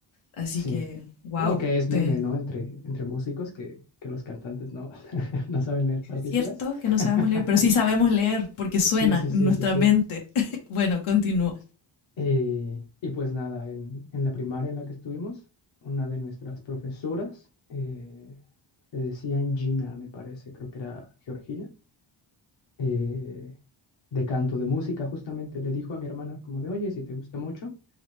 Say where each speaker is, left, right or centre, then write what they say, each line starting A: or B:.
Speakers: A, on the left; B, on the left.
A: Así
B: sí.
A: que, wow,
B: No, que es
A: te,
B: meme, ¿no? Entre, entre músicos que, que los cantantes no, <laughs> no saben leer partituras.
A: cierto que
B: <laughs>
A: no sabemos leer, pero sí sabemos leer porque suena
B: Sí, sí, sí,
A: en nuestra
B: sí, sí.
A: mente. <laughs> bueno, continúa.
B: Eh, y pues nada, en, en la primaria en la que estuvimos, una de nuestras profesoras, eh, le decían Gina, me parece, creo que era Georgina, eh, de canto, de música, justamente le dijo a mi hermana como de, oye, si te gusta mucho,